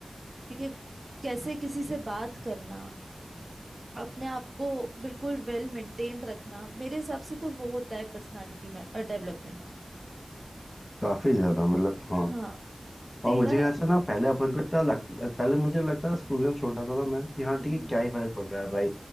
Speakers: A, on the right; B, on the left.
A: ठीक है कैसे किसी से बात करना अपने आप को बिल्कुल वेल मेंटेन रखना मेरे हिसाब से तो वो होता है पर्सनालिटी में डेवलपमेंट
B: काफी ज्यादा मतलब हाँ
A: हाँ तेरा
B: और मुझे ऐसा ना पहले अपन को इतना लग पहले मुझे लगता था स्कूल में जब छोटा था ना मैं कि हाँ
A: हम्म
B: ठीक है क्या ही फर्क पड़ रहा है भाई